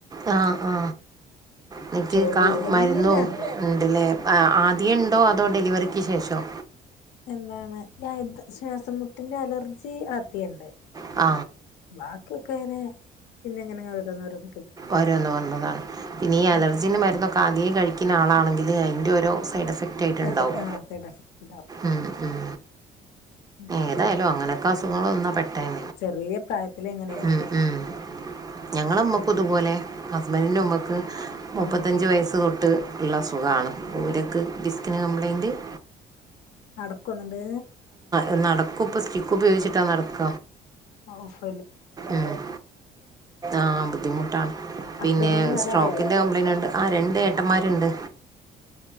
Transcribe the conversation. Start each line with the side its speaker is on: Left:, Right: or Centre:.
Right: ആ ആ നിക്ക്
Left: ചൊറി എല്ലാം
Right: മരുന്ന്ണ്ടല്ലേ
Left: ഉണ്ട്
Right: ആദ്യേ ഉണ്ടോ അതോ ഡെലിവറി ക്ക് ശേഷം
Left: എന്താണ് ശ്വാസംമുട്ടിന്റെ അലർജി ആദ്യെണ്ട്
Right: ആ
Left: ബാക്കിയൊക്കെ അങ്ങനെ പിന്നെ എങ്ങനെങ്ങനെ ഓരോന്ന് ഓരോന്ന്
Right: ഓരോന്ന് വന്നതാണ് പിന്നെ ഈ
Left: ഉം
Right: അലർജിന്റെ മരുന്നൊക്കെ ആദ്യ കഴിക്കുന്ന ആളാണെങ്കിൽ അല്ലേ അയിൻ്റെ ഓരോ സൈഡ്എഫക്ട് എഫക്റ്റ് ആയിട്ടുണ്ടാവും
Left: എഫ ആ സൈഡ് എഫക്ട് ഉണ്ടാവും
Right: ഉം ഉം
Left: ഉം
Right: ഏതായാലും അങ്ങനെ ക്ക അസുഖങ്ങള് വന്നാ പെട്ടെന്ന് ടെൻ
Left: ചെറിയ പ്രായത്തില് എങ്ങനെയാണേ
Right: ഉം ഉം ഞങ്ങളമ്മക്കും ഇതുപോലെ ഹസ്ബന്റിൻ്റെ ഉമ്മക്ക് മുപ്പത്തഞ്ച്
Left: ആ
Right: വയസ്സ് തൊട്ട് ട്ട് ള്ളസുഖാണ് ഊരക്ക് ഡിസ്ക്കിന് കംപ്ലൈൻ ഉം
Left: നടക്കുന്നുണ്ട്
Right: എ നടക്കും ഇപ്പ സ്റ്റിക്ക് ഉപയോഗിച്ചിട്ടാ നടക്ക
Left: ഓഹ്
Right: ഏഹ് ആഹ് ബുദ്ധിമുട്ടാണ്.
Left: ഹസ്ബൻഡിന്
Right: പിന്നെ
Left: വേറെ
Right: സ്ട്രോക്കിന്റെ
Left: ആരേലും ഉണ്ടോ
Right: കംപ്ലൈയിന്റ്ണ്ട് ആ രണ്ട് ഏട്ടന്മാരുണ്ട്.